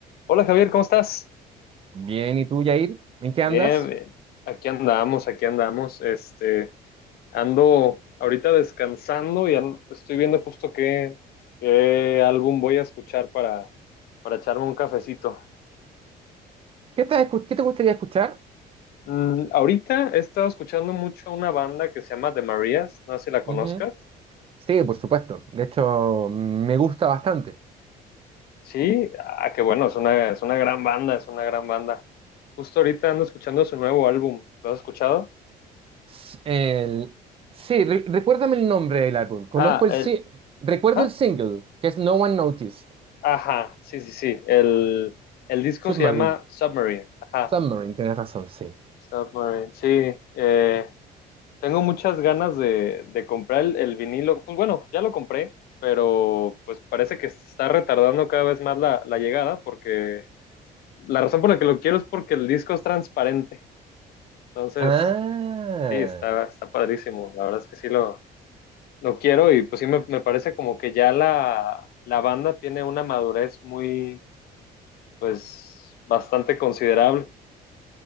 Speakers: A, on the left (about 65°); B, on the right (about 35°).
A: Hola Javier, ¿cómo estás?
B: Bien, ¿y tú, Yair? ¿En qué
A: Bien,
B: andas?
A: bien. Aquí andamos, aquí andamos. Este, ando ahorita descansando y an- estoy viendo justo qué, qué álbum voy a escuchar para, para echarme un cafecito.
B: ¿Qué te, escu- qué te gustaría escuchar?
A: Mm, ahorita he estado escuchando mucho una banda que se llama The Marías, no sé si la conozcas.
B: Ujú. Sí, por supuesto. De hecho, me gusta bastante.
A: Sí, ah, qué bueno, es una, es una gran banda, es una gran banda. Justo ahorita ando escuchando su nuevo álbum. ¿Lo has escuchado?
B: S- el- Sí, re- recuérdame el nombre del álbum. Conozco
A: Ah,
B: el...
A: el,
B: si- Recuerdo
A: ¿ah?
B: el single, que es No One Noticed.
A: Ajá, sí, sí, sí. El, el disco
B: Submarine.
A: se llama Submarine. Ajá,
B: Submarine, tienes razón, sí.
A: Submarine. Sí, eh, tengo muchas ganas de, de comprar el, el vinilo. Pues bueno, ya lo compré, pero pues parece que se está retardando cada vez más la, la llegada porque la razón por la que lo quiero es porque el disco es transparente. Entonces,
B: Ah.
A: sí, está, está padrísimo. La verdad es que sí lo, lo quiero y pues sí me, me parece como que ya la, la banda tiene una madurez muy, pues, bastante considerable.